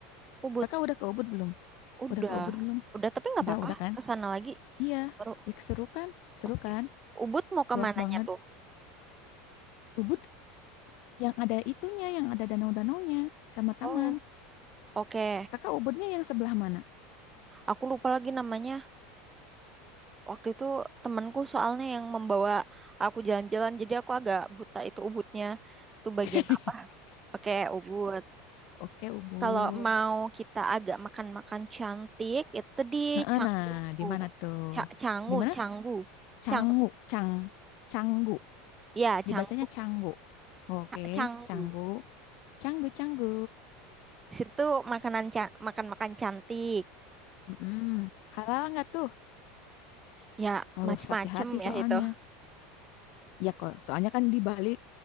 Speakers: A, on the right (about 20°); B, on the left (about 60°).
A: Ubud.
B: Kakak udah ke Ubud belum?
A: Udah.
B: Udah ke Ubud belum?
A: Udah, tapi nggak
B: Udah,
A: apa-apa.
B: udah kan?
A: Ke sana lagi.
B: Iya.
A: Seru.
B: Ya seru kan? Seru
A: Oke.
B: kan?
A: Ubud mau ke
B: Luas
A: mananya
B: banget.
A: tuh?
B: Ubud yang ada itunya, yang ada danau-danaunya sama taman.
A: Oh, oke.
B: Kakak Ubudnya yang sebelah mana?
A: Aku lupa lagi namanya. Waktu itu temanku soalnya yang membawa aku jalan-jalan, jadi aku agak buta itu Ubudnya. Itu bagian
B: <laughs>
A: apa? Oke, Ubud.
B: Oke, Ubud.
A: Kalau mau kita agak makan-makan cantik, itu di
B: Nah,
A: Canggu.
B: eh, nah, di mana tuh?
A: Ca Canggu,
B: Di mana?
A: Canggu.
B: Canggu,
A: Canggu.
B: Cang, Canggu.
A: Ya, Canggu.
B: Dibacanya Canggu. Oke,
A: Ca Canggu.
B: Canggu. Canggu, Canggu.
A: Situ makanan ca- makan-makan cantik.
B: Mm-mm. Halal nggak tuh?
A: Ya,
B: Harus
A: macem-macem
B: hati-hati
A: ya
B: soalnya.
A: itu.
B: Iya kok, soalnya kan di Bali